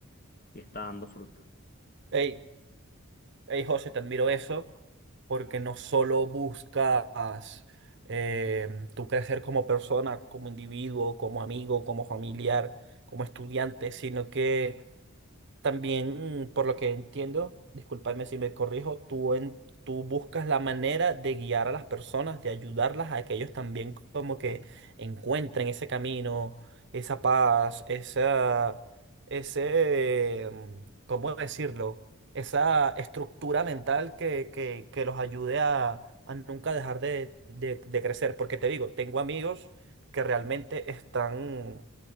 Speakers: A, on the left; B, on the right.
A: y está dando fruto.
B: Ey, Hey, José, te admiro eso porque no solo buscas eh, tu crecer como persona, como individuo, como amigo, como familiar, como estudiante, sino que también, por lo que entiendo, discúlpame si me corrijo, tú, en, tú buscas la manera de guiar a las personas, de ayudarlas a que ellos también como que encuentren ese camino, esa paz, esa, ese, mm, ¿cómo decirlo? Esa estructura mental que, que, que los ayude a, a nunca dejar de, de de crecer. Porque te digo, tengo amigos que realmente están...